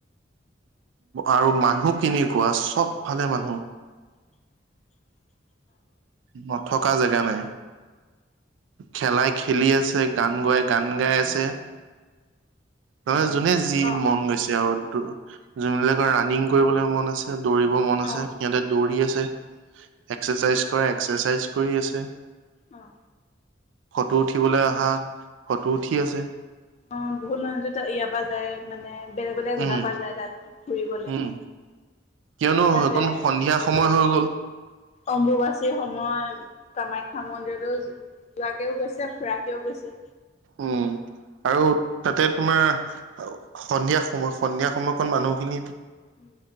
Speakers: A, on the right; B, on the left.
A: আৰু মানুহ কেনেকোৱা, চবফালে মানুহ
B: <inaudible>
A: নথকা জেগা নাই। খেলাই খেলি আছে, গান গাৱাই গান গাই আছে। নহয় জোনে যি
B: অ অ
A: মন গৈছে আৰু দ জোনবিলাকৰ ৰাণিং কৰিবলৈ মন আছ ছে। দৌৰিব মন আছে
B: অ অ
A: সিহঁতে দৌৰি আছে। এক্সেচাইজ কৰা এক্সেচাইজ কৰি আছে।
B: অ'।
A: ফটো উঠিবলৈ অহা ফটো উঠি আছে।
B: অ', বহুত মানুহ দ ইয়াৰ পৰা যায় মানে, বেলেগ বেলেগ জেগাৰ
A: উম
B: পৰা যায় তাত ফুৰিবলে।
A: উম কিয়নো
B: তাতে
A: অকণ সন্ধিয়া
B: এইটো
A: সময় হৈ গ'ল
B: অম্বুবাচী সময় কামাখ্যা মন্দিৰলৈও যোৱাকেও গৈছে, ফুৰাকেও গৈছে।
A: উম আৰু তাতে তোমাৰ সন্ধিয়া সময় সন্ধিয়া সময়কণ মানুহখিনি
B: উ,